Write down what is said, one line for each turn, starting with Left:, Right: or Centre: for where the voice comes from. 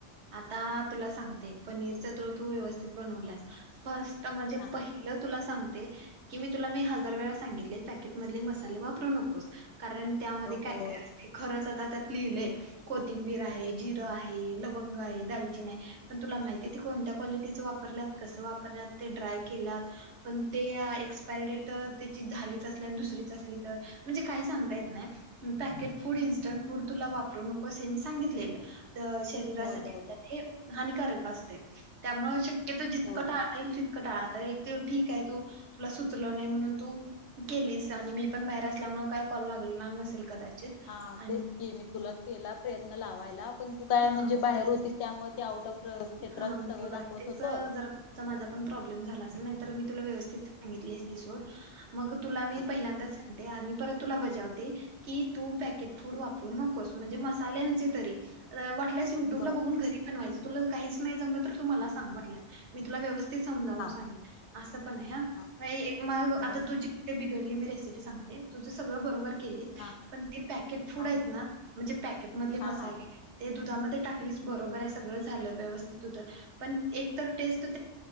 Right: आता तुला सांगते पनीर च तूळ तू व्यवस्थित बनवल्यास फस्ट म्हणजे
Left: हा
Right: पहि तुला सांगते की मी तुला मी हजार वेळा सांगितले पॅकेट मधले मसाले वापरू नकोस. कारण त्यामध्ये
Left: अगं
Right: काय
Left: होय
Right: काय अस खरच आता त्यात लिहिलय कोथिंबीर आहे, जिर आहे, लवंग आहे, दालचिन आहे. पण तुला माहिती आहे ती कोणत्या क्वालिटीच वापरल्यात कस वापरल्यात ते ड्राय केल्यात. पण ते एक्सपायरी डेट त्याची झालीच असली आणि दुसरीच असली तर. म्हणजे काही सांगता येत नाही. पॅकेट फूड इन्स्टंट फूड तुला वापरू नको अस मी सांगितले शरीरासाठी
Left: होय बरोबर
Right: हे हानिकारक असते त्यामुळे शक्यत जितक
Left: होय
Right: टाळता होईल तितक टाळा आता एक ठीक आहे तू तुला सुचल नाही म्हणून तू केलीस आणि मी पण बाहेर असल्यामुळे काय कॉल लागला नसेल कदाचित.
Left: हा
Right: आणि
Left: तेच की मी तुला केला. प्रयत्न लावायला पण तू काय
Right: हा
Left: म्हणजे बाहेर होतीस त्यामुळे ते आउट ऑफ क्षेत्र
Right: हा
Left: अस
Right: बरोबर
Left: सगळ दाखवत
Right: आहे तेच
Left: होत.
Right: जरा कोणचा माझा पण प्रॉब्लेम झाला असेल नाही तर मी तुला व्यवस्थित सांगितली असती सोड. मग तुला मी
Left: हा
Right: पहिल्यांदाच आणि परत तुला बजावते की तू पॅकेट फूड वापरू नकोस म्हणजे मसाल्यांचे तरी. वाटल्यास युट्यूबला
Left: बर
Right: बघून घरी बनवायच तुला काहीच नाही जमल तर तूला मला सांग वाटस मी तुला व्यवस्थित. समजाून
Left: हा
Right: सांगल अस पण आहे ह
Left: हा
Right: मग आता
Left: बर
Right: तुझी ते बिघडली मी रेसिपी सांगते तुझ सगळ बरोबर केली
Left: हा
Right: पण ते पॅकेट फूड
Left: हा
Right: आहेत ना म्हणजे पॅकेट मधले मसाले
Left: हा हा
Right: ते दुधामध्ये टाकलीच बरोबर आहे सगळ झाल व्यवस्थित होत. पण, एकतर टेस्ट अ